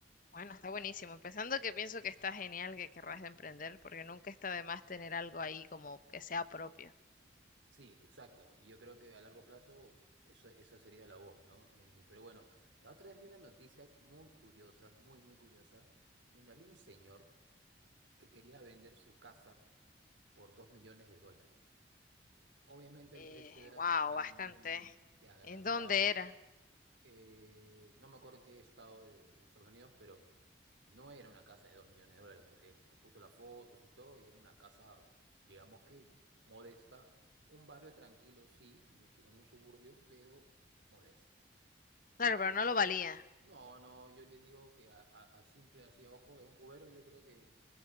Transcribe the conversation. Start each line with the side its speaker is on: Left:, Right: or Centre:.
Left: Bueno, está buenísimo. Empezando que pienso que está genial que querrás de emprender, porque nunca está de más tener algo ahí como que sea propio.
Right: Sí, exacto. Y yo creo que a largo plazo eso, esa sería la voz, ¿no? Eh, pero bueno, la otra vez vi una noticia muy curiosa, muy, muy curiosa, donde había un señor que quería vender su casa por dos millones de dólares. Obviamente
Left: Eh,
Right: el precio era
Left: wow,
Right: totalmente
Left: bastante.
Right: agrandado.
Left: ¿En dónde era?
Right: eh, no me acuerdo en qué estado de, de Estados Unidos, pero no era una casa de 2 millones de dólares, porque puso las fotos y todo, y era una casa, digamos que modesta, un barrio tranquilo, sí, en un su- en un suburbio, pero modesta. Y
Left: Claro,
Right: este
Left: pero
Right: loco,
Left: no lo valía.
Right: no, no, yo le digo que a, a- a simple así a ojo de un cubero, yo creo que